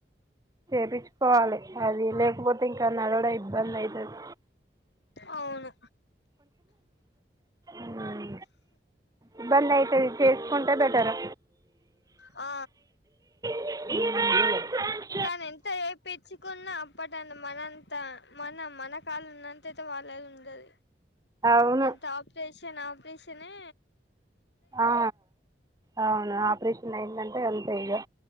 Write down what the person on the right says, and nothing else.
చేపించుకోవాలి అది లేకపోతే ఇంకా నడవడం ఇబ్బంది అయితది
ఉమ్ ఇబ్బందయితది చేస్క టే బెటరు
ఉ
అవును
ఆ అవును ఆపరేషన్ అయింద టే అంతే ఇగా